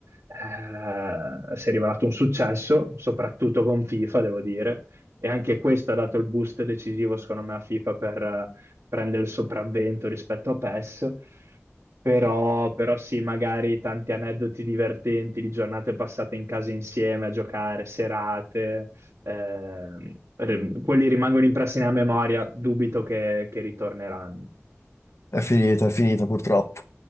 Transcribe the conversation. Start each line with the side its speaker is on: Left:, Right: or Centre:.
Right: eh, si è rivelato un successo, soprattutto con FIFA, devo dire, e anche questo ha dato il boost decisivo, secondo me, a FIFA per eh, prendere il sopravvento rispetto a PES. Però, però sì, magari tanti aneddoti divertenti di giornate passate in casa insieme a giocare, serate, ehm, ri- quelli rimangono impressi nella memoria, dubito che, che ritorneranno.
Left: È finita, è finita purtroppo.